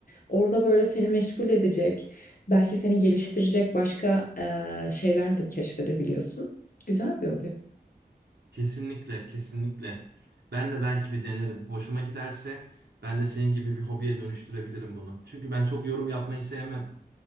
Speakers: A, on the left (about 55°); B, on the right (about 80°).
A: Orada böyle seni meşgul edecek, belki seni geliştirecek başka eee, şeyler de keşfedebiliyorsun. Güzel bir hobi.
B: Kesinlikle, kesinlikle. Ben de belki bir denerim. Hoşuma giderse ben de senin gibi bir hobiye dönüştürebilirim bunu. Çünkü ben çok yorum yapmayı sevmem